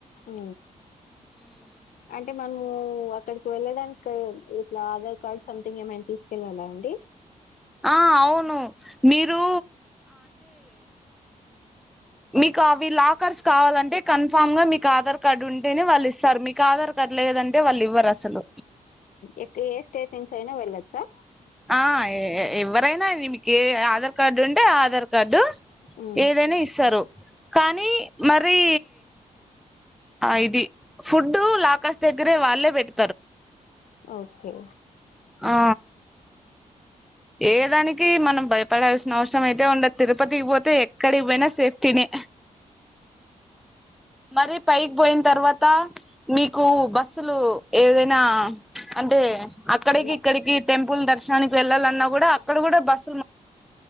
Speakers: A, on the left; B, in the centre.
A: ఉ అంటే మనము అక్కడికి వెళ్ళడానికి ఇట్లా ఆధార్ కార్డ్ సంథింగ్ ఏమైనా తీసుకెళ్ళాలా అండి
B: ఆ అవును మీరు మీ కావి లా కర్స్ కావాలంటే కన్ఫామ్ గా మీకు ఆధార్ కార్డ్ ఉంటేనే వాళ్ళు ఇస్తారు మీకు ఆధార్ కార్డ్ లేదంటే వాళ్ళు ఇవ్వరు అసలు
A: ఇక్కడ ఏ స్టేట్ నుంచి అయినా వెళ్లొచ్చా
B: ఆ ఎవరైనా అది మీకు ఆధార్ కార్డు ఉంటే ఆధార్ గడు
A: ఉమ్
B: ఏదైనా ఇస్తారు కానీ మరి ఆ ఇది ఫుడ్ లాకాస్ దగ్గరే వాళ్ళే పెట్
A: ఓకే
B: ఆ ఏ దానికి మనం భయ పడాల్సిన అవసరం అయితే ఉం తిరుపతి పొ ఎక్కడికి పోయినా సేఫ్టీని మరి పైకి పోయిన తర్వాత మీకు బస్సులు ఏదైనా అంటే అక్కడికి
A: నా
B: ఇక్కడికి టెంపుల్ దర్శనానికి వెళ్ళాలన్నా కూడా అక్కడ కూడా బస్సు